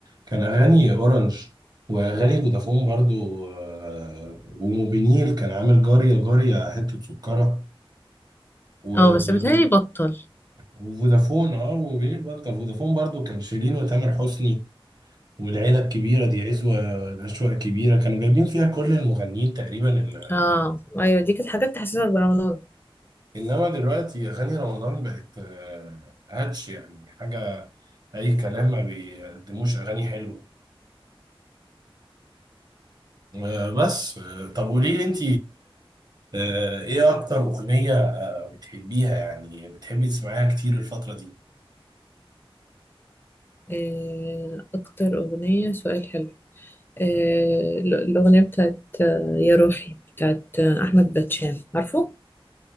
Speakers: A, on the right; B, on the left.
A: كان أغاني أورنج وأغاني فودافون برضو آه، وموبينيل كان عامل جارية جارية حتة سكرة و-
B: اه بس بتهيألي بطل
A: وفودافون اه وموبينيل بطل فودافون برضو كان شيرين وتامر حسني والعيلة الكبيرة دي عزوة الأشواق كبيرة كانوا جايبين فيها كل المغنيين تقريبا
B: اه ايوه دي كانت حاجات تحسسك برمضان
A: انما دلوقتي اغاني رمضان بقت آه، هاتش يعني حاجه اي كلام ما بيقدموش اغاني حلوه آه، بس آه، طب قولي لي انت ايه اكتر اغنيه آه، بتحبيها يعني بتحبي تسمعيها كتير الفتره دي
B: آه اكتر أغنية سؤال حلو آه ال- الأغنية بتاعت آه يا روحي بتاعت آه أحمد باتشان عارفه؟